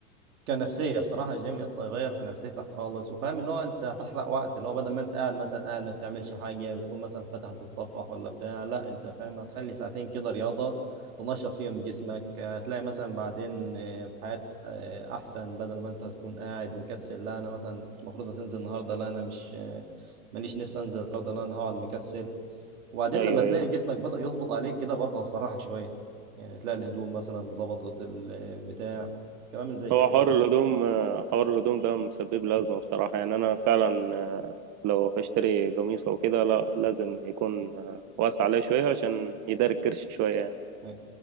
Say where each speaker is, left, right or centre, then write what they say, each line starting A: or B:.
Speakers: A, on the right; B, on the right.
A: كنفسيه بصراحه الجيم يسطا يغير في نفسيتك خالص وفاهم اللي هو انت هتحرق وقت اللي هو بدل ما انت قاعد مثلا قاعد ما بتعملش حاجه بتكون مثلا فاتح بتتصفح ولا بتاع لا انت فاهم هتخلي ساعتين كده رياضه تنشط فيهم جسمك هتلاقي مثلا بعدين آه، الحياه آه، احسن بدل ما انت تكون قاعد مكسل لا انا مثلا كنت المفروض هتنزل النهارده لا انا مش آه، ماليش نفسي انزل النهارده لا انا هقعد مكسل وبعدين
B: ايوه
A: لما تلاقي
B: ايوه
A: جسمك بدأ يظبط عليك كده برضه هتفرحك شويه يعني تلاقي الهدوم مثلا ظبطت البتاع كلام من زي كده
B: هو حوار
A: يعني.
B: الهدوم آه، حوار الهدوم ده مسبب لي ازمه بصراحه يعني انا فعلا آه، لو هشتري قميص او كده لا لازم يكون آه، واسع عليه شويه عشان يداري الكرش شويه يعني
A: أيوة.